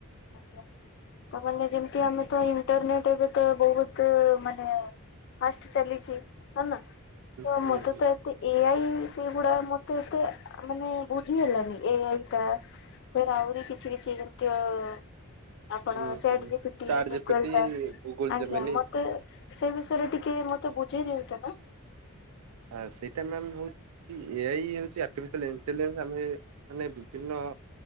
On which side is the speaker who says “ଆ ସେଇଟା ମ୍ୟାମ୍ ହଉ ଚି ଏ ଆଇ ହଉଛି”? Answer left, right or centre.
Right